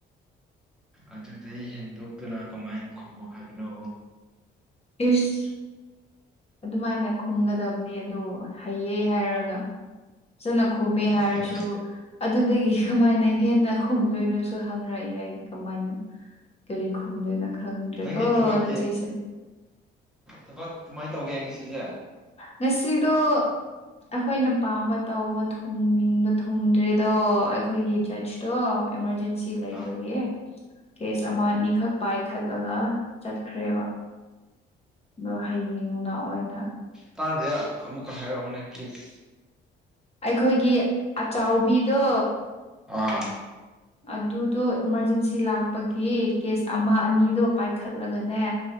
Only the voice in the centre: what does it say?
ꯑꯗꯨꯗꯩ ꯍꯦꯟꯗꯣꯛꯇꯨꯅ ꯀꯃꯥꯏꯅ ꯈꯨꯝꯃꯨ ꯍꯥꯏꯕꯅꯣ
ꯍꯥꯏꯅꯤ
ꯅꯪꯒꯤ ꯊꯕꯛꯀꯤ
ꯊꯕꯛ ꯀꯃꯥꯏꯅ ꯇꯧꯒꯦ ꯉꯁꯤꯁꯦ
ꯑꯥ
ꯇꯥꯗꯦ ꯑꯃꯨꯀ ꯍꯥꯏꯔꯛꯑꯨꯅꯦ ꯄ꯭ꯂꯤꯖ
ꯑꯥ